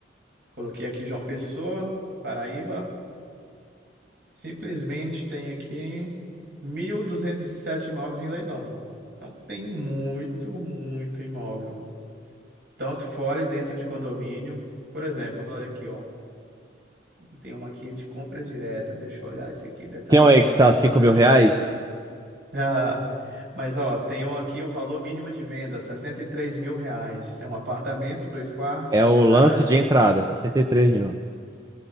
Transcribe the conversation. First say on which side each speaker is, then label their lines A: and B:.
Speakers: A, on the right; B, on the right.
A: Coloquei aqui João Pessoa, Paraíba, simplesmente tem aqui 1.207 imóveis em leilão. Então tem muito, muito imóvel, tanto fora e dentro de condomínio. Por exemplo, olha aqui, ó, tem uma aqui de compra direta. Deixa eu olhar esse aqui, detalhes
B: Tem um aí
A: do
B: que
A: imóvel.
B: tá 5 mil reais?
A: Ah, mas ó, tem um aqui o valor mínimo de venda, sessenta e três mil reais. É um apartamento, dois quartos,
B: É
A: uma
B: o
A: garagem.
B: lance de entrada, 63 mil.